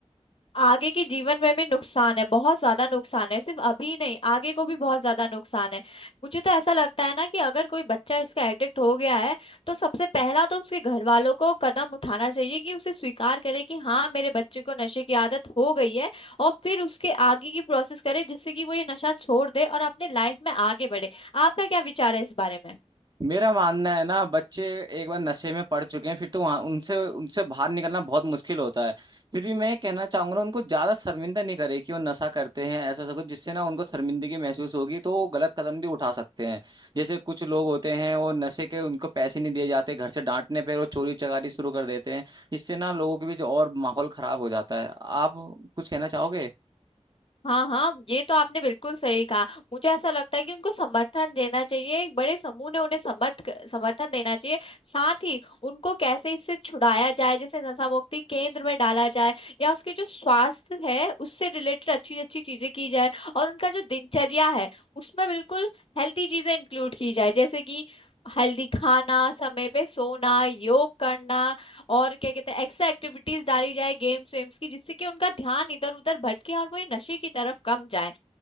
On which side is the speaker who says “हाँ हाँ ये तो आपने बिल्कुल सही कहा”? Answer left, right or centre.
Left